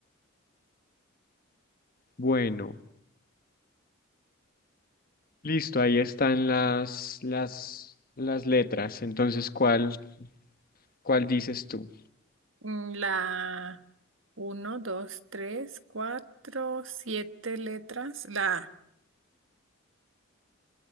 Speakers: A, on the left; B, on the right.
A: bueno, listo, ahí están las, las, las letras. Entonces, ¿cuál, cuál dices tú?
B: Mm, La uno, 2, 3, 4, 7 letras. La, A.